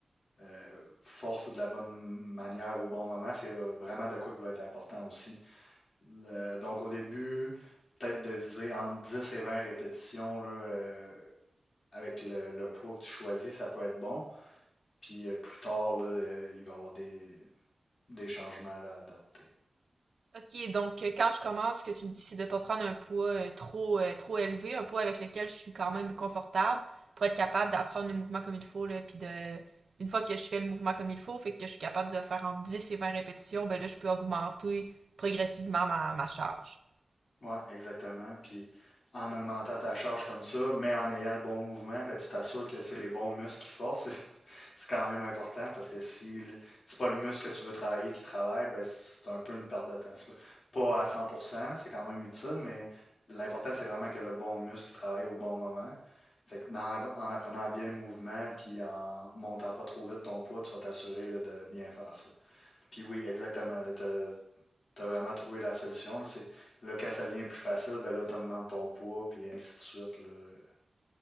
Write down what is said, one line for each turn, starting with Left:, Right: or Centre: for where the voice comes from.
Left: euh, force de la bonne manière au bon moment, c'est euh, vraiment de quoi qui va être important aussi. Euh, donc au début, peut-être de viser entre 10 et 20 répétitions là, euh, avec le, le poids que tu choisis, ça peut être bon. Puis euh, plus tard, là, euh, il va y avoir des, des changements là, à adapter.
Right: OK, donc euh, quand je commence, ce que tu me dis, c'est de pas prendre un poids euh, trop euh, trop élevé, un poids avec lequel je suis quand même confortable pour être capable d'apprendre le mouvement comme il faut là, puis de une fois que je fais le mouvement comme il faut, fait que je suis capable de faire entre 10 et 20 répétitions, ben là je peux augmenter progressivement ma, ma charge.
Left: Ouais, exactement. Puis en augmentant ta charge comme ça, mais en ayant le bon mouvement, ben, tu t'assures que c'est les bons muscles qui forcent. <laughs> C'est quand même important parce que si le- c'est pas le muscle que tu veux travailler qui travaille, ben, c'est un peu une perte de temps. C'est pas pas à cent, pour cent, c'est quand même utile, mais l'important, c'est vraiment que le bon muscle qui travaille au bon moment. Fait que dans l'app- en apprenant bien le mouvement, puis en montant pas trop vite ton poids, tu vas t'assurer là, de bien faire ça. Puis oui, exactement, là, t'as- t'as vraiment trouvé la solution. Là, c'est, là, quand ça vient plus facile, ben là, t'augmentes ton poids, puis ainsi de suite. Là. <laughs>